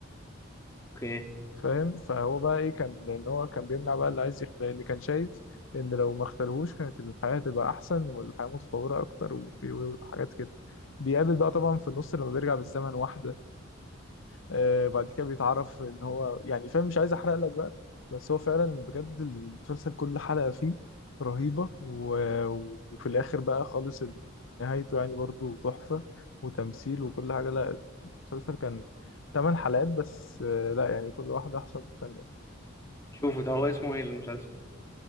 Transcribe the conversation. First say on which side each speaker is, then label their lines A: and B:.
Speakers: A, on the left; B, on the left.
A: اوكي
B: فاهم فهو بقى ايه كان ان هو كان بيمنع بقى اللي عايز يغتال اللي كان شايف ان لو ما اغتالهوش كانت الحياة تبقى احسن والحياة متطورة اكتر و- و- وحاجات كده بيقابل بقى طبعا في النص لما بيرجع بالزمن واحدة آه، بعد كده بيتعرف ان هو يعني فاهم مش عايز احرق لك بقى بس هو فعلا بجد المسلسل كل حلقة فيه رهيبة و... وفي الاخر بقى خالص ال- نهايته يعني برضو تحفة وتمثيل وكل حاجة لا المسلسل كان ثمان حلقات بس آه، لا يعني كل واحدة احسن من الثانية
A: اشوفه ده هو اسمه ايه المسلسل